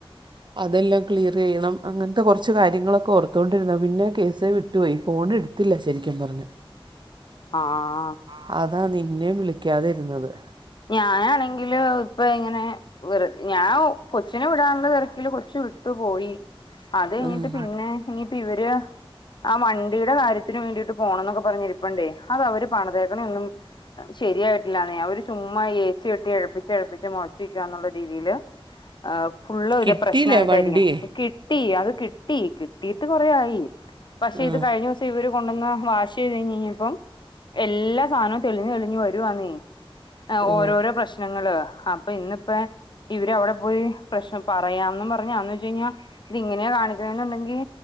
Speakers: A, on the right; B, on the left.
A: അതെല്ലാം ക്ലിയറയ്യണം അങ്ങനത്തെ കൊറച്ച് ച്ച് കാര്യങ്ങളൊക്കെ ഓർതോണ്ടിരുന്ന പിന്നെ കേസ് വിട്ടുപോയി ഫോൺ എടുത്തില്ല ശരിക്കും പറഞ്ഞ
B: ആഹ്
A: ആഹ് അതാ നിന്നെയും വിളിക്കാതിരുന്നത്
B: ഞാനാണെങ്കില് ഇപ്പൊ ഇങ്ങനെ വെറു ഞാ കൊച്ചിനെ വിടാനുള്ള തിരക്കില് കൊറച്ചു വിട്ടു പോയി അത് കയ്ഞ്ഞിട്ട്
A: ഉം.
B: പിന്നെ ഇനിപ്പ ഇവര് ആഹ് വണ്ടിടെ കാര്യത്തിന് വേണ്ടിയിട്ട് പോണം എന്നൊക്കെ പറഞ്ഞിരിപ്പ്ണ്ടേ അതവര് പണതേക്ക്ണ ഒന്നും ശരിയായിട്ടില്ലാന്നെ അവര് ചുമ്മാ ഏച്ചി എട്ടി എഴുപ്പിച്ച് എഴുപ്പിച്ച് മോർപ്പിക്കാ ന്നുള്ള രീതിയില് ആഹ് ഫുള്ളവിടെ
A: കിട്ടിയില്ലേ
B: പ്രശ്നായിട്ടാ
A: വണ്ടി
B: ഇരിക്കുന്ന ഇയ്ക് ട്ടി അത് കിട്ടി കിട്ടീട്ട് കൊറയായി പക്ഷെ
A: ആ.
B: ഇത് കഴിഞ്ഞുസം പ്പോ ഇവര് കൊണ്ടന്ന വാശ് ചെയ്ത് കഴിഞ്ഞപ്പം എല്ലാ സാനോം തെളിഞ്ഞെളിഞ്ഞു വരുവാന്നെ ആഹ്
A: ഓ
B: ഓരോരോ പ്രശ്നങ്ങള് അപ്പ ഇന്നിപ്പോ ഇവര് അവിടെ പോയി പ്രശ്നം പറയാംന്നും പറഞ്ഞ് അന്ന് വേച്ച്കഴിഞ്ഞ ഇതിങ്ങനെയാ കാണിച്ചെന്നുണ്ടെങ്കിൽ